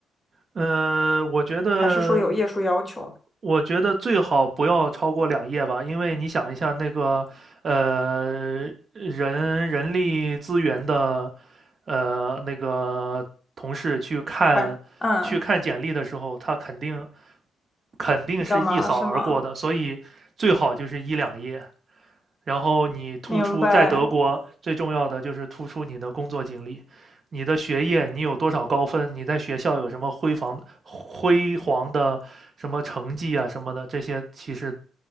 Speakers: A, on the right; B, on the left.
A: 呃，我觉得，
B: 还是说有页数要求？
A: 我觉得最好不要超过两页吧，因为你想一下那个，呃，人人力资源的，呃，那个同事去看去看简历的时候，
B: 快，嗯，
A: 他肯定肯定是一扫而过的，
B: 比较忙是吗？
A: 所以最好就是一两页。然后你突出在德国最重要的就是突出你的工作经历，
B: 明白，
A: 你的学业你有多少高分，你在学校有什么辉煌辉煌的什么成绩啊什么的，这些其实